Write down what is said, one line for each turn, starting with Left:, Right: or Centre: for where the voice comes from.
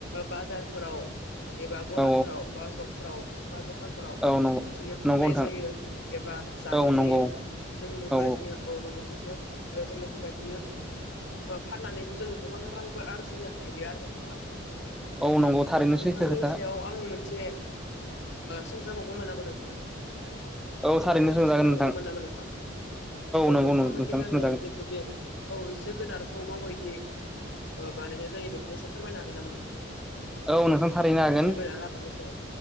Left: बाजारफोराव एबा गलाफोराव
Centre: औ
Left: बा सपफोराव बा दखानफोराव
Centre: औ नंगौ
Left: बिदिनो फाननाय
Centre: नंगौ नोंथां
Left: जायो एबा जानाय
Centre: औ नंगौ
Left: जायो जोंनो
Centre: औ
Left: फोरा बिदिनो औ नंगौ सैथो जोंनि बिबायदिनो फाननानैबो जों गोबां रांबो आरजिनो हायो आरो नोंथां
Centre: औ नंगौ थारैनो
Left: नोंथांनि
Centre: सैथो खोथा
Left: सायाव आं मोनसे सोंजाबावगौमोन नामा नोंथां
Centre: औ थारैनो
Left: सोंथि
Centre: सोंजागोन
Left: सोंजाबावगौमोन
Centre: नोंथां
Left: नामा नोंथां औ
Centre: नंगौ
Left: नोंथांमोन
Centre: नोंथां
Left: नि गामियाव
Centre: सोंजागोन
Left: जेथु बे औ <unintelligible> गोनारखौ माबायदि बानायनाय जायो बेखौ एसे फोरमायनो हागोन नामा नोंथां
Centre: औ नोंथां थारैनो हागोन
Left: जोगोनार आबादनि सायाव